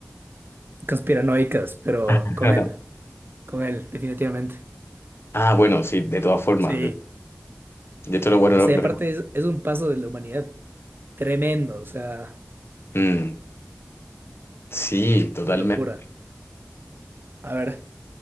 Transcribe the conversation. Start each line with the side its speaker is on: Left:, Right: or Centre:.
Right: conspiranoicas, pero
Left: <laughs>
Right: con él, con él, definitivamente.
Left: Ah, bueno, sí, de todas formas.
Right: Sí.
Left: De, de hecho, lo bueno,
Right: O
Left: lo-
Right: sea,
Left: lo
Right: y aparte es, es un paso de la humanidad tremendo, o sea,
Left: Mm, sí, totalmente.
Right: una locura. A ver,